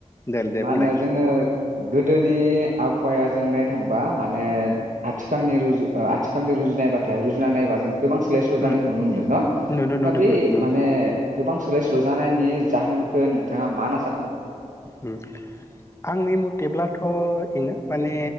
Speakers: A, on the left; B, on the right.
A: दे दे
B: मा
A: बुंलाय
B: होनो जोङो गोदोनि आबहावाया जों नायनो थांबा माने आथिखालनि रुजु आथिखालनि रुजुनायबाथाय रुजुना नायोबा जों गोबां सोलाय सोल' जानायखौ
A: उम
B: नुनो मोनदों न'
A: नुदों नुदों
B: दा बै
A: नुदों
B: माने गोबां सोलाय स्ल'जानायनि जाहोनखौ नोंथाङा मा ना सानो फंबाय?
A: उम आंनि मथेब्लाथ' इनो माने